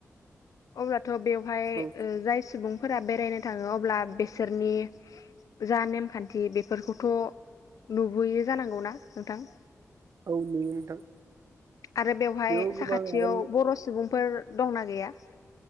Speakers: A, on the left (about 85°); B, on the right (about 65°).
A: अब्ला थ' बेवहाय
B: औ
A: ओ जाय सुबुं फोरा बेरायनो थाङो अब्ला बिसोरनि जा नेमखान्थि बेफोरखौथ' नुबोयो जानांगौना नोंथां?
B: औ नुयो नोंथां।
A: आरो बेवहाय
B: बेयाव गोबां
A: साखाथियाव
B: आरो
A: बर' सुबुंफोर दंना गैया?